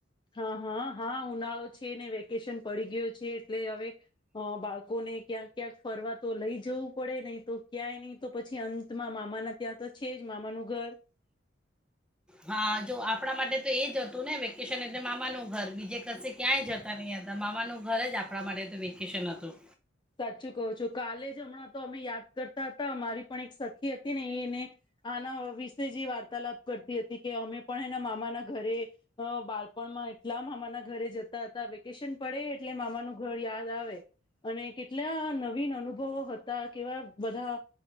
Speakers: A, on the left; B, in the centre.
A: હા, હા, હા, ઉનાળો છે ને વેકેશન પડી ગયો છે એટલે હવે બાળકોને ક્યાંક ક્યાંક ફરવા તો લઈ જવું પડે નહીં તો ક્યાંય નહી તો પછી અંતમાં મામાના ત્યાં તો છે જ મામાનું ઘર.
B: હા જો આપણા માટે તો એ જ હતું ને વેકેશન એટલે મામાનું ઘર બીજે કરસે ક્યાંય જતા નહીં હતા મામાનું ઘર જ આપણા માટે તો વેકેશન હતું.
A: સાચું કહો છો કાલે જ હમણાં તો અમે યાદ કરતા હતા અમારી પણ એક સખી હતી ને એ એને આના વિશે જ એ વાર્તાલાપ કરતી હતી કે અમે પણ એના મામાના ઘરે બાળપણમાં એટલા મામાના ઘરે જતા હતા વેકેશન પડે એટલે મામાનું ઘર યાદ આવે અને કેટલા નવીન અનુભવો હતા કેવા બધા